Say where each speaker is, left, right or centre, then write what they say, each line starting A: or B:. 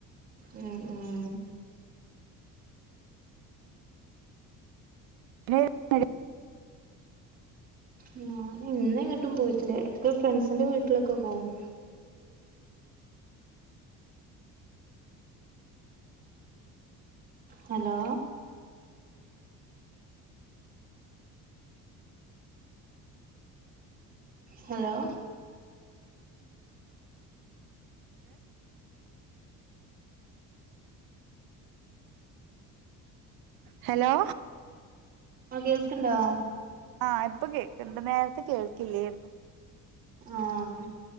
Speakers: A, on the right; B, on the right.
A: ഉം ഉം
B: <unintelligible>
A: ഞാനിന്നെങ്ങട്ടും പോയിട്ടില്ല എടക്ക് ഫ്രണ്ട്സിന്റെ വീട്ടിലൊക്കെ പോവും ഹലോ. ഹലോ.
B: ഹലോ.
A: ആഹ് കേൾക്കിണ്ടാ
B: ആഹ് ഇപ്പൊ കേ‌ക്കിണ്ട് നേരത്തെ കേൾക്കില്ലേരുന്നു
A: ആഹ്